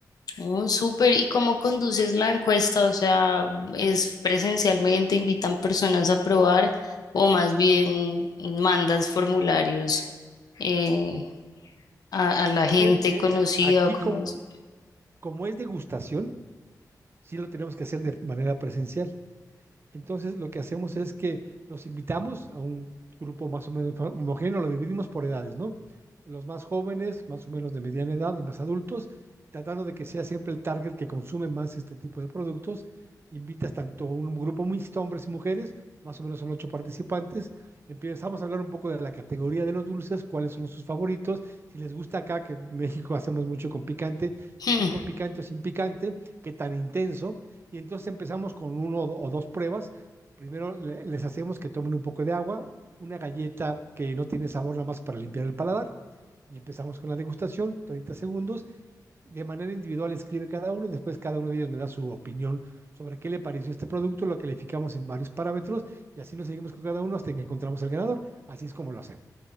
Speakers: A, on the left; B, on the right.
A: Oh, súper. ¿Y cómo conduces la encuesta? O sea, ¿es presencialmente, invitan personas a probar o más bien mandas formularios eh, a, a la
B: No,
A: gente
B: fíjate que
A: conocida
B: eh, aquí
A: o cómo
B: como,
A: es?
B: como es degustación, sí lo tenemos que hacer de manera presencial. Entonces, lo que hacemos es que los invitamos a un grupo más o menos homogéneo, lo dividimos por edades, ¿no? Los más jóvenes, más o menos de mediana edad y más adultos, tratando de que sea siempre el target que consume más este tipo de productos. Invitas tanto a un grupo mixto, hombres y mujeres, más o menos son ocho participantes. Empezamos a hablar un poco de la categoría de los dulces, cuáles son sus favoritos, si les gusta acá, que en México hacemos mucho con picante,
A: Hmm.
B: si con picante o sin picante, qué tan intenso. Y entonces empezamos con uno o do- o dos pruebas. Primero le- les hacemos que tomen un poco de agua, una galleta que no tiene sabor nada más para limpiar el paladar. Y empezamos con la degustación, 30 segundos. De manera individual escribe cada uno y después cada uno de ellos me da su opinión sobre qué le pareció este producto, lo calificamos en varios parámetros y así nos seguimos con cada uno hasta que encontramos al ganador. Así es como lo hacemos.